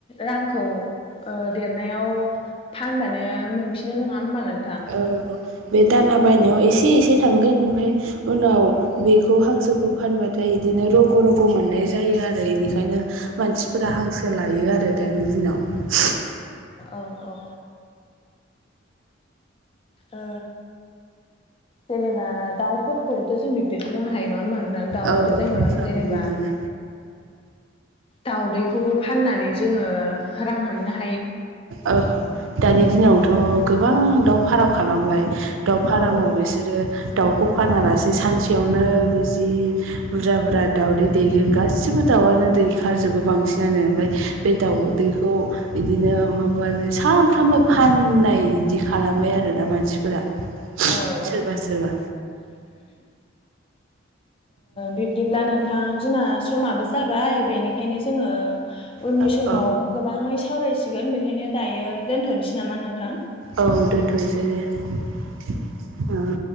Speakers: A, on the left (about 30°); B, on the right (about 80°).
A: रांखौ ओ देरनायाव फानबानो मोनफिनो नङा होमबा नों
B: औ बे दाना बायनायाव एसे एसे थांगोन ओमफाय उनाव बेखौ हांसोखौ फानबाथाय बिदिनो रग' रग' मोननाय जायो। आरो बेनिखायनो मानसिफोरा हांसो लायो आरो दानि दिनाव।
A: औ औ ओ जेनेबा दाउफोरखौबोथ' जों बिबदिनो बुंनो हायो नङा होमबा थां दाउआथ'
B: औ
A: जोङो
B: दाउफोराबो
A: जेनेबा
B: बिदिनो
A: दाउदैखौबो फाननानै जोङो रां मोननो हा
B: औ दानि दिनावथ' गोबां दाउ फाराम खालामबाय। दाउ फारामाव
A: औ औ
B: बिसोरो दाउखौ फानालासे सानसेयावनो बि जि बुरजा बुरजा दाउदै दैगोन गासिबो दाउ दाउआनो दै खारजोबो बांसिनानो ओमफ्राय बे दाउदैखौ
A: औ
B: इदिनो माबा सानफ्रामबो फाननाय बिदि खालामबाय आरोना मानसिफोरा।
A: औ औ
B: सोरबा सोरबा
A: बिब्दिब्ला नोंथां जोंना समाबो जाबाय बेनिखायनो जोङो उननि
B: औ
A: समाव गोबांङै सावरायसिगोन बेखायनो दायो दोनथ'नोसै नामा नोंथां
B: औ दोनथ'नोसै दे